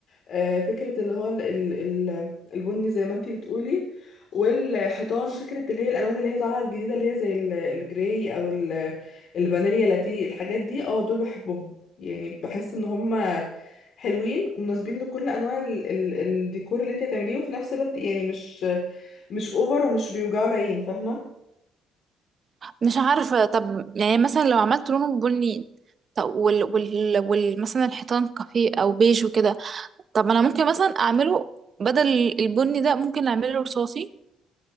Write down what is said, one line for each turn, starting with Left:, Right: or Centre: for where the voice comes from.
Left: آه، فكرة اللي هو ال- ال- ال- البني زي ما انتي بتقولي والحيطان فكرة اللي هي الالوان اللي هي طالعة الجديدة اللي هي زي ال- الجراي او ال- الفانيليا لاتيه الحاجات دي اه دول بحبهم يعني بحس ان هما حلوين ومناسبين لكل انواع ال ال الديكور اللي انتي هتعمليه وفي نفس الوقت يعني مش مش اوفر ومش بيوجعوا العين فاهمة
Right: مش عارفة طب يعني مثلا لو عملت لونه بني طب وال وال وال مثلا الحيطان كافيه أو بيج وكده طب ما أنا ممكن مثلا أعمله بدل البني ده ممكن أعمله رصاصي